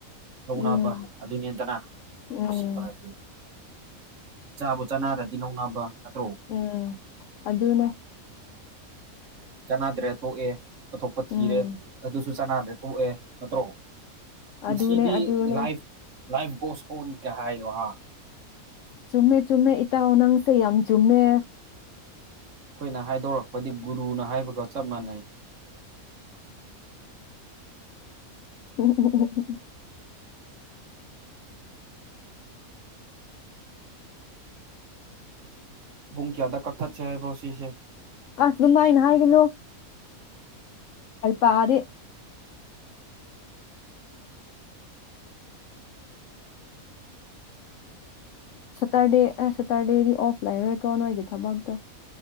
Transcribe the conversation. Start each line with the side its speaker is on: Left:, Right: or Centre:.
Right: ꯂꯧꯅꯕ
Left: ꯎꯝ
Right: ꯑꯗꯨꯅꯤꯗꯅ ꯅꯨꯡꯁꯤꯕꯥ
Left: ꯎꯝ
Right: ꯍꯥꯏꯕꯗꯤ ꯆꯥꯕꯨ ꯆꯥꯅꯔꯗꯤ ꯂꯧꯅꯕ ꯅꯠꯇ꯭ꯔꯣ
Left: ꯎꯝ ꯑꯗꯨꯅꯦ
Right: ꯆꯅꯗ꯭ꯔꯦ ꯇꯣꯛꯑꯦ ꯑꯊꯣꯛꯄ ꯊꯤꯔꯦ
Left: ꯎꯝ
Right: ꯑꯗꯨꯁꯨ ꯆꯥꯅꯗ꯭ꯔꯦ ꯇꯣꯛꯑꯦ ꯅꯠꯇ꯭ꯔꯣ ꯄꯨꯟꯁꯤꯗꯤ
Left: ꯑꯗꯨꯅꯦ ꯑꯗꯨꯅꯦ
Right: ꯂꯥꯏꯐ ꯂꯥꯏꯐ ꯒꯣꯁ ꯀꫭꯟ ꯍꯥꯏꯌꫭ ꯍꯥ
Left: ꯆꯨꯝꯃꯦ ꯆꯨꯝꯃꯦ ꯏꯇꯥꯥꯎ ꯅꯪꯁ‌ꯦ ꯌꯥꯝ ꯆꯨꯝꯃꯦ
Right: ꯑꯩꯈꯣꯏꯅ ꯍꯥꯏꯗꯣꯔꯛꯄꯗꯤ ꯒꯨꯔꯨꯅ ꯍꯥꯏꯕꯒ ꯆꯞ ꯃꯥꯟꯅꯩ
Left: ꯎꯝ ꯎꯝ ꯎꯝ
Right: ꯄꯨꯡ ꯀꯌꯥꯗ ꯀꯛꯊꯠꯁꯦ ꯍꯥꯏꯕ꯭ꯔꯣ ꯁꯤꯁꯦ
Left: ꯑꯁ ꯑꯗꯨꯃꯥꯏꯅ ꯍꯥꯏꯒꯅꯨ ꯍꯩ ꯄꯗꯤ ꯁꯇꯔꯗꯦ ꯑꯦ ꯁꯦꯇꯔꯗꯦꯗꯤ ꯑꯣꯐ ꯂꯩꯔꯣꯏꯀꯣ ꯅꯣꯏꯒꯤ ꯊꯕꯛꯇꯣ